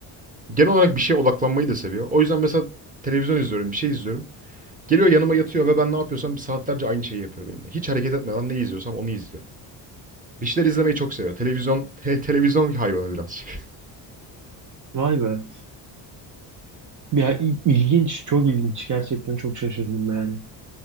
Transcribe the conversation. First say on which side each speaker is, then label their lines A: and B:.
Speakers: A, on the right; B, on the right.
A: Genel olarak bir şeye odaklanmayı da seviyor. O yüzden mesela televizyon izliyorum, bir şey izliyorum. Geliyor yanıma yatıyor ve ben ne yapıyorsam saatlerce aynı şeyi yapıyor benimle. Hiç hareket etmeden ne izliyorsam onu izliyor. Bir şeyler izlemeyi çok seviyor. Televizyon, <laughs> televizyon hayvanı birazcık.
B: Vay be. Ya il- ilginç, çok ilginç. Gerçekten çok şaşırdım yani.